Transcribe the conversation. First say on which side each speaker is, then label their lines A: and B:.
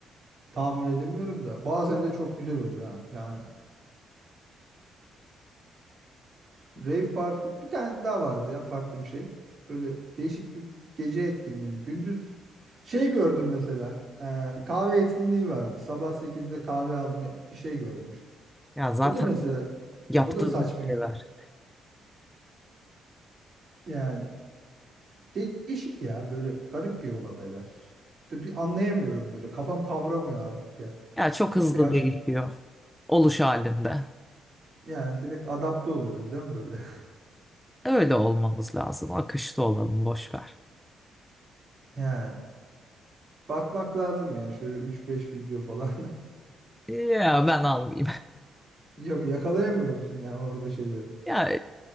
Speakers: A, on the right (about 50°); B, in the centre.
A: Tahammül edemiyorum da. Bazen de çok güzel oluyor ha. Yani rave party bir tane daha vardı ya farklı bir şey. Böyle değişik bir gece etkinliği. mi? Gündüz şey gördüm mesela. Ee, kahve etkinliği vardı. Sabah sekizde kahve alma bir şey görmüştüm.
B: Ya zaten
A: O da mesela
B: yaptığım
A: o da saçma.
B: şeyler.
A: Yani de- değişik ya böyle garip bir olaylar. De bir anlayamıyorum böyle. Kafam kavramıyor artık ya.
B: Ya çok
A: Yoksa
B: hızlı
A: yaş
B: değişiyor. Oluş halinde.
A: yani direkt adapte oluyoruz değil mi böyle?
B: Öyle olmamız lazım. Akışta olalım boş ver.
A: Yani bakmak lazım ya şöyle üç beş video falan. <laughs>
B: Ya ben almayayım. <laughs>
A: Yok yakalayamıyor musun ya orada şeyleri?
B: Ya